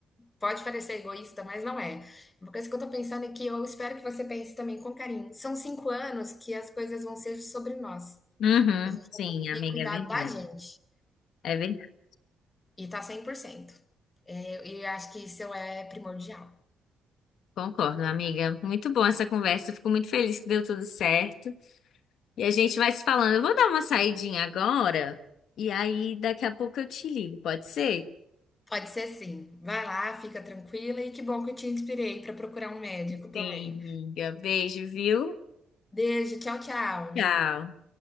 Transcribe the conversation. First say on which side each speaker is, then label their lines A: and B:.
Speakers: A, on the left; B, on the left.
A: pode parecer egoísta, mas não é. Uma coisa que eu tô pensando e que eu espero que você pense também com carinho. São cinco anos que as coisas vão ser sobre nós.
B: Uhum,
A: A gente
B: sim,
A: vai conseguir
B: amiga,
A: cuidar
B: é verdade.
A: da gente
B: É verdade.
A: e tá cem por cento E eu acho que isso é primordial.
B: Concordo, amiga. Muito bom essa conversa. Fico muito feliz que deu tudo certo. E a gente vai se falando. Eu vou dar uma saidinha agora e aí daqui a pouco eu te ligo, pode ser?
A: Pode ser sim. Vai lá, fica tranquila e que bom que eu te inspirei para procurar um médico também.
B: Sim, amiga. Beijo, viu?
A: Beijo, tchau, tchau.
B: Tchau.